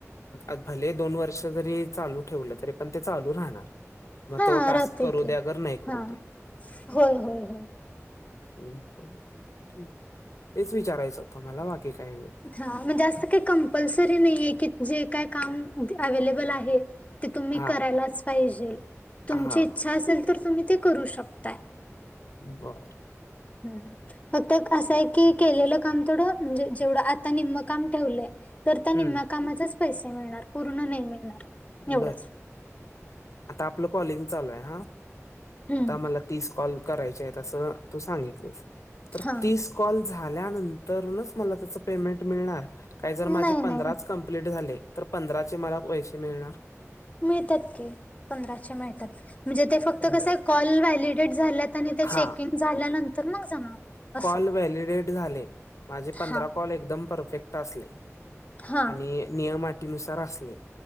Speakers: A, on the left; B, on the left.
A: अ- भले दोन वर्ष जरी चालू ठेवलं तरी पण ते चालू राहानार. म
B: हा
A: तो टास्क
B: राहते
A: करू
B: की
A: दे अगर नाही करू
B: हा
A: दे.
B: होय होय होय
A: ब, ठी, तेच विचारायचं होत मला बाकी काय नाही.
B: हा म्हणजे असं काही कंपल्सरी नाहीये की जे काय काम अव्लेबल आहे. ते तुम्ही
A: हा
B: करायलाच पाहिजे, तुमची
A: हा
B: इच्छा असेल तर तुम्ही ते करू शकताय.
A: बर.
B: <unintelligible> फक्त कस आहे की केलेलं काम थोडं म्हणजे तेवढं आता निम्म काम ठेवलंय, तर त्या निम्म
A: हम्म
B: कामाचेच पैसे मिळणार पूर्ण नाही मिळणार. एवढंच.
A: बर, आता आपलं कॉलिंग चालू आहे हा,
B: हम्म.
A: आता आम्हाला तीस कॉल करायचे आहेत असं तू सांगितलस, तर
B: हा
A: तीस कॉल झाल्यानंतरनच मला त्याच पेमेंट मिळणार, काय जर माझे
B: नाही
A: पंधराच
B: नाही
A: कम्प्लीट झाले, तर पंधराचे मला पैशे मिळणार.
B: मिळतात की, पंधराचे मिळतात, म्हणजे ते फक्त कस
A: बर
B: कॉल व्हॅलिडेट झाल्यात आणि ते
A: हा
B: चेकिंग झाल्यानंतर मग जमा असं
A: कॉल व्हॅलिडेट झाले, माझे पंधरा
B: हा
A: कॉल एकदम परफेक्ट असले.
B: हा
A: आणि नियम अटीनुसार असले,